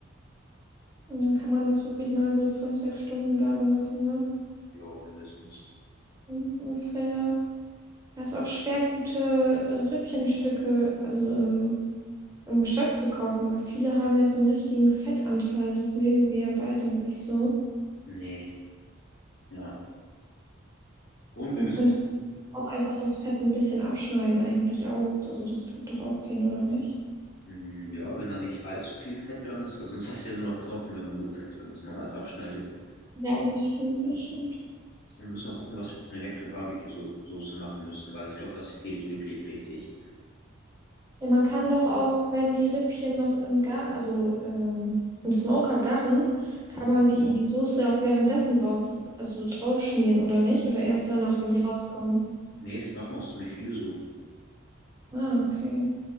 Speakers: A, on the right; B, on the left.
A: Und dann kann man das wirklich mal so fünf, sechs Stunden garen lassen, ne?
B: Ja, mindestens.
A: Und das ist ja, das ist auch schwer, gute äh, Rippchenstücke, also im, im Geschäft zu kaufen, weil viele haben ja so einen richtigen Fettanteil. Das mögen wir ja beide nicht so.
B: Nee, Ja. Und
A: Sonst
B: wir müssen,
A: könnte
B: gucken,
A: Auch einfach das Fett ein bisschen abschneiden eigentlich auch. Also das wird doch auch gehen, oder nicht?
B: Mm, ja, wenn da nicht allzu viel Fett dran ist, weil sonst hast du ja nur noch Knochen, wenn da nur Fett dran ist und man alles abschneidet.
A: Ja, das stimmt, das stimmt.
B: Wir müssen noch gucken, was wir für eine leckere Barbecue-Soße machen müssen, weil ich glaube, das fehlt wirklich richtig.
A: Ja, man kann doch auch, wenn die Rippchen noch im Gar, also ähm, im Smoker garen, kann
B: Mhm.
A: man die Soße auch währenddessen drauf, also so drauf schmieren, oder nicht? Oder erst danach, wenn die rauskommen.
B: Nee, das machen auch ziemlich viele so.
A: Ah, okay.